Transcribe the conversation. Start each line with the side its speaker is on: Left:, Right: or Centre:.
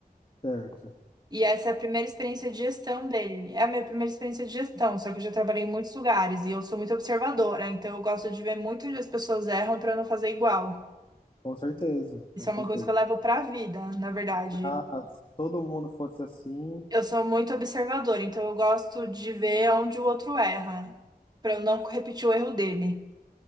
Left: certo.
Right: E essa é a primeira experiência de gestão dele. É a minha primeira experiência de gestão, só que eu já trabalhei em muitos lugares e eu sou muito observadora, então eu gosto de ver muito onde as pessoas erram para não fazer igual.
Left: Com certeza,
Right: Isso
Left: com certeza.
Right: é uma coisa que eu levo para a vida, na verdade.
Left: Ah, se todo mundo fosse assim,
Right: Eu sou muito observadora, então eu gosto de ver onde o outro erra, para eu não repetir o erro dele.